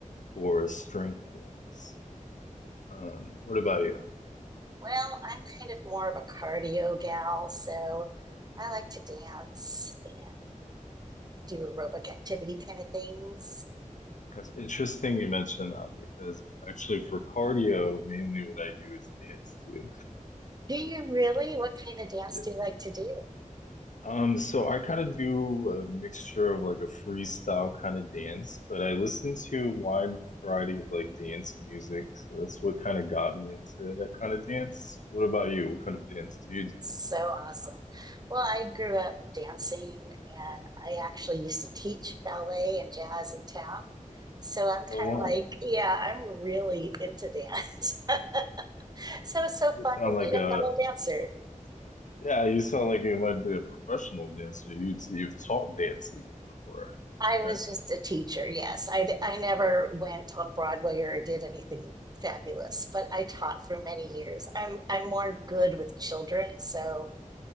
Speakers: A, on the left; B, on the right.
A: for strength gains. Um, what about you?
B: Well, I'm kind of more of a cardio gal, so I like to dance and do aerobic activity kind of things.
A: That's interesting you mentioned that because actually for cardio, mainly what I do is dance too.
B: Do you really? What kind of dance
A: Yeah.
B: do you like to do?
A: Um, so I kind of do a mixture of like a freestyle kind of dance, but I listen to a wide variety of like dance music. So that's what kind of got me into that kind of dance. What about you? What kind of dance do you do?
B: So awesome. Well, I grew up dancing and I actually used to teach ballet and jazz and tap. So I'm kind
A: Oh, wow.
B: of like, yeah, I'm really into dance. <laughs> So it's so
A: You
B: fun
A: sound
B: to meet
A: like a,
B: a fellow dancer.
A: a yeah, you sound like you might be a professional dancer. You you've taught dance even before,
B: I was
A: right?
B: just a teacher, yes. I, d- I never went on Broadway or did anything fabulous, but I taught for many years. I'm I'm more good with children, so